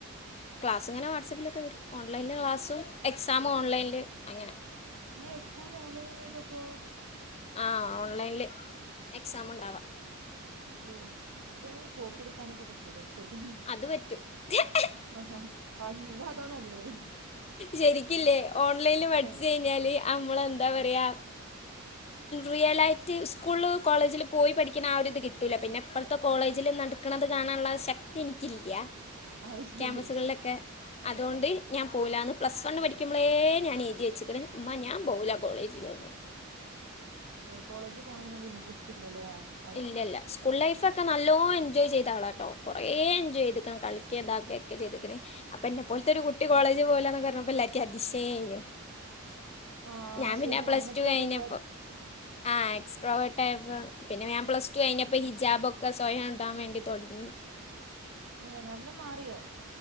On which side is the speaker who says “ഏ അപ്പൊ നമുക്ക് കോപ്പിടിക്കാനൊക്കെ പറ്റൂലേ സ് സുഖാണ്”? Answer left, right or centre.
Right